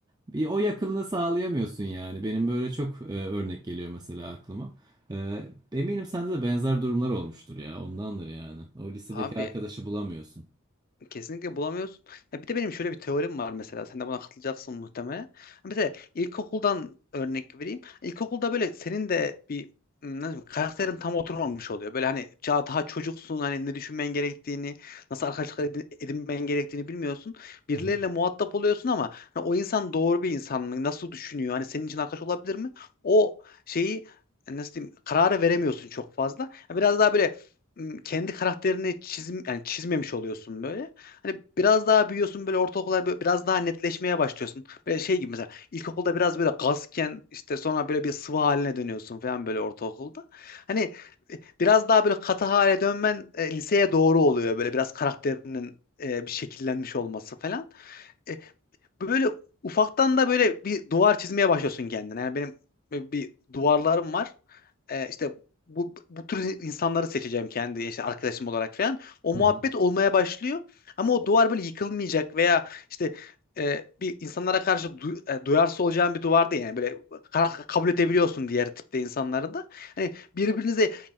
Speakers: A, on the right; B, on the left.
A: Bir o yakınlığı sağlayamıyorsun yani. Benim böyle çok e, örnek geliyor mesela aklıma. Ee, eminim sende de benzer durumlar olmuştur ya. Ondandır yani. O lisedeki
B: Abi
A: arkadaşı bulamıyorsun.
B: Kesinlikle bulamıyorsun. Ya bir de benim şöyle bir teorim var mesela. Sen de buna katılacaksın muhtemelen. Mesela ilkokuldan örnek vereyim. İlkokulda böyle senin de bir hmm, nasıl diyeyim, karakterin tam oturmamış oluyor. Böyle hani daha, daha çocuksun hani ne düşünmen gerektiğini, nasıl arkadaşlıklar edin- edinmen gerektiğini bilmiyorsun. Birileriyle
A: Hı hı.
B: muhatap oluyorsun ama hani o insan doğru bir insan mı? Nasıl düşünüyor? Hani senin için arkadaş olabilir mi? O şeyi e, nasıl diyeyim kararı veremiyorsun çok fazla. Ya biraz daha böyle hmm, kendi karakterini çizim yani çizmemiş oluyorsun böyle. Hani biraz daha büyüyorsun böyle ortaokulda hani böyle biraz daha netleşmeye başlıyorsun. Böyle şey gibi mesela ilkokulda biraz böyle gazken işte sonra böyle bir sıvı haline dönüyorsun falan böyle ortaokulda. Hani e, biraz daha böyle katı hale dönmen e, liseye doğru oluyor böyle biraz karakterinin e, bir şekillenmiş olması falan. E, Böyle ufaktan da böyle bir duvar çizmeye başlıyorsun kendine. Yani benim böyle bir duvarlarım var. Ee, işte bu, bu tür insanları seçeceğim kendi işte arkadaşım olarak falan. O
A: Hı
B: muhabbet
A: hı.
B: olmaya başlıyor. Ama o duvar böyle yıkılmayacak veya işte e, bir insanlara karşı du- e, duyarsız olacağın bir duvar değil. Yani böyle ka- kabul edebiliyorsun diğer tipte insanları da. Hani birbirinize